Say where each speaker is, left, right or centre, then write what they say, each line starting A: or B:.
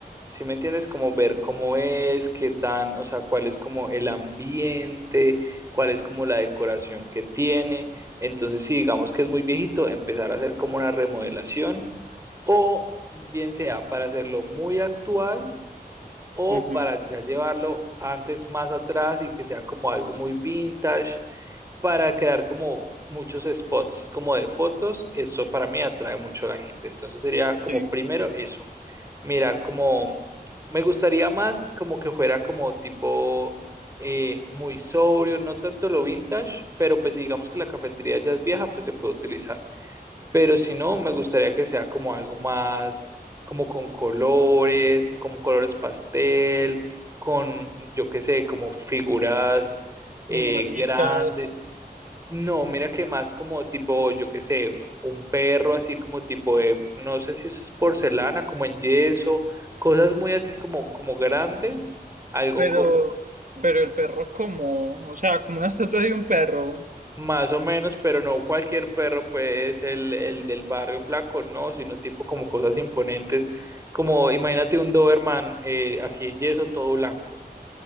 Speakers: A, on the right; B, on the right.
A: ¿Sí me entiendes? Como ver cómo es, qué tan, o sea, cuál es como el ambiente, cuál es como la decoración que tiene. Entonces, si digamos que es muy viejito, empezar a hacer como una remodelación o bien sea para hacerlo muy actual o
B: Ujú,
A: para ya llevarlo antes más atrás y que sea como algo muy vintage para crear como muchos spots como de fotos, eso para mí atrae mucho a la gente. Entonces sería como
B: sí,
A: primero eso, mirar como, me gustaría más como que fuera como tipo eh, muy sobrio, no tanto lo vintage, pero pues si digamos que la cafetería ya es vieja, pues se puede utilizar. Pero si no, me gustaría que sea como algo más, como con colores, como colores pastel, con, yo qué sé, como figuras eh,
B: minimalistas.
A: grandes, no, mira que más como tipo, yo qué sé, un perro así como tipo de, no sé si eso es porcelana, como en yeso, cosas muy así como, como grandes, algo
B: Pero,
A: co-
B: pero el perro como, o sea, como una estatua de un perro,
A: más o menos, pero no cualquier perro pues el, el del barrio flaco, no, sino tipo como cosas imponentes, como imagínate un Doberman eh, así en yeso, todo blanco.